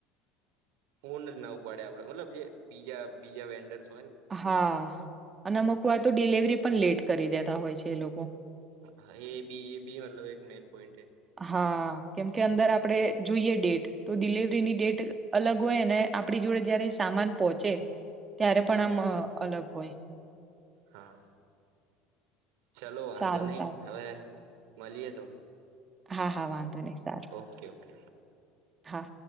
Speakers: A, on the right; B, on the right.
A: ફોન જ ના ઉપાડે. આપડે મતલબ જે બીજા બીજા વેન્ડરસ
B: હા, અને અમુક વાર તો ડિલવરી પણ લેટ કરી દેતા હોય છે એ લોકો.
A: હા, એબી એબી, મતલબ એક મેન પોઈન્ટ હ.
B: હા, કેમ કે અંદર આપણેે જોઈએ ડેટ. તો ડિલવરીની ડેટ અલગ હોય ને આપણી જોડે જયારે સામાન પહોંચે ત્યારે પણ
A: એ બી
B: આમ
A: હોય
B: અલગ હોય
A: હા ચલો વાંધો
B: સારું
A: નઈ
B: સારું
A: હવે મળીએે તો
B: હા હા વાંધો નહી સારું
A: ઓકે ઓકે
B: હા